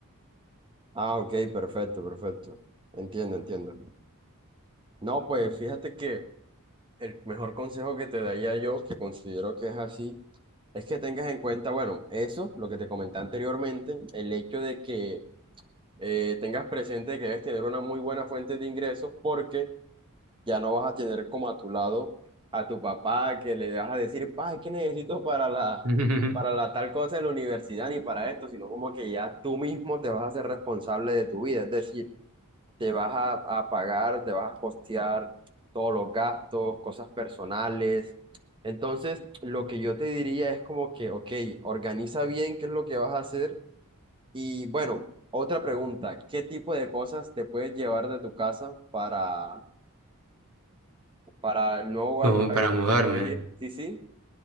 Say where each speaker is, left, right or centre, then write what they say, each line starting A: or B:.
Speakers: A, on the right (about 25°); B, on the right (about 75°).
A: Ah, ok, perfecto, perfecto. Entiendo, entiendo. No, pues fíjate que el mejor consejo que te daría yo, que considero que es así, es que tengas en cuenta, bueno, eso, lo que te comenté anteriormente, el hecho de que eh, tengas presente que debes tener una muy buena fuente de ingresos porque ya no vas a tener como a tu lado a tu papá que le vas a decir, pa, ¿qué necesito para la,
B: <laughs>
A: para la tal cosa de la universidad ni para esto? Sino como que ya tú mismo te vas a hacer responsable de tu vida, es decir, te vas a, a pagar, te vas a costear todos los gastos, cosas personales. Entonces, lo que yo te diría es como que, ok, organiza bien qué es lo que vas a hacer y bueno, otra pregunta, ¿qué tipo de cosas te puedes llevar de tu casa para, para el nuevo hogar
B: como
A: para
B: para
A: el
B: mudarme.
A: al que quieres ir? Sí, sí,